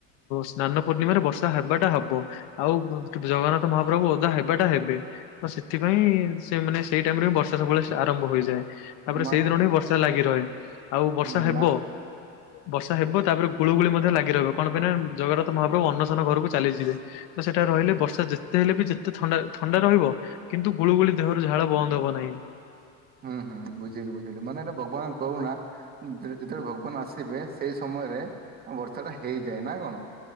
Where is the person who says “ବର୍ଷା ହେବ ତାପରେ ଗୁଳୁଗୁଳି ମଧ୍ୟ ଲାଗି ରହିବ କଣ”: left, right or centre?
Left